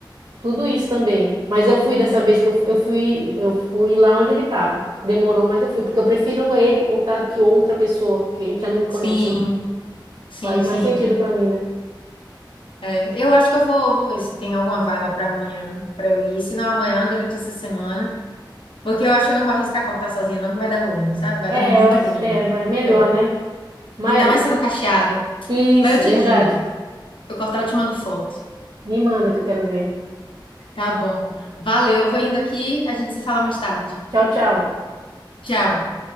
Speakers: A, on the right; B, on the left.
A: tudo isso também. Mas eu fui dessa
B: Entendi.
A: vez que eu, fu- eu fui, eu fui lá onde ele tava. Demorou, mas eu fui, porque eu prefiro ele cortar do que outra pessoa, porque já não me conhece,
B: Sim,
A: né?
B: sim,
A: Faz
B: sim.
A: mais sentido pra mim, né?
B: É, eu acho que eu vou, vou ver se tem alguma vaga para amanhã, para eu ir. Se não amanhã, durante essa semana. Porque eu acho que eu não vou arriscar cortar sozinha, não, que vai dar ruim, sabe? Vai
A: É,
B: dar muito
A: eu acho,
B: ruim.
A: é, vai melhor,
B: Então,
A: né? Mas
B: ainda mais sendo cacheado.
A: isso,
B: Mas eu te
A: verdade.
B: digo, se eu cortar, eu te mando foto.
A: Me manda que eu quero ver.
B: Tá bom. Valeu, vou indo aqui, a gente se fala mais tarde.
A: Tchau, tchau.
B: Tchau.